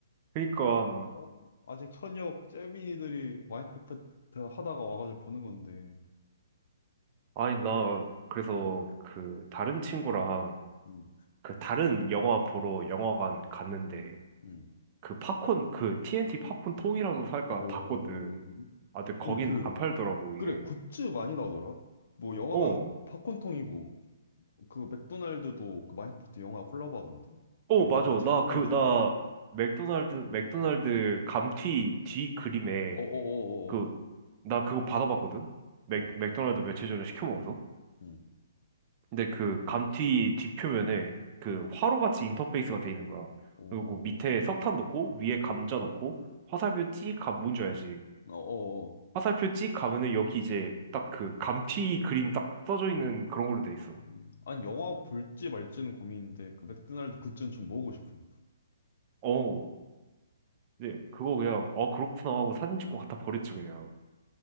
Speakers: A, on the right; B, on the left.
A: 그니까.
B: 어? 아직 현역 잼민이들이 마인크래프트 하다가 와가지고 보는 건데.
A: 아니, 나, 그래서
B: 음,
A: 그, 다른 친구랑
B: 음,
A: 그, 다른 영화 보러 영화관 갔는데,
B: 음.
A: 그 팝콘, 그 TNT 팝콘 통이라도 살까
B: 오.
A: 봤거든. 아, 근데 거긴
B: 아니 그
A: 안 팔더라고,
B: 그래
A: 이게.
B: 굿즈 많이 나오더라. 뭐 영화가
A: 어,
B: 팝콘통이고. 그 맥도날드도 그 마인크래프트 영화 콜라보 하던데? 뭐
A: 어, 맞아.
B: 이상한 장난감
A: 나 그,
B: 주던데?
A: 나 맥도날드, 맥도날드 감튀 뒤 그림에
B: 어어어어어.
A: 그, 나 그거 받아봤거든? 맥,
B: 어.
A: 맥도날드 며칠 전에 시켜 먹어서.
B: 음.
A: 근데 그 감튀 뒷표면에 그 화로같이 인터페이스가 돼 있는 거야.
B: 오.
A: 그리고 그 밑에 석탄 넣고, 위에 감자 넣고, 화살표 찍 가면 뭔지 알지?
B: 어어어.
A: 화살표 찍 가면은 여기 이제 딱 그 감튀 그림 딱 써져 있는 그런 걸로 돼 있어.
B: 음. 아니 영화 볼지 말지는 고민인데 그 맥도날드 굿즈는 좀 먹고 싶음.
A: 어, 네, 그거 그냥, 어, 그렇구나 하고 사진 찍고 갖다 버렸지, 그냥.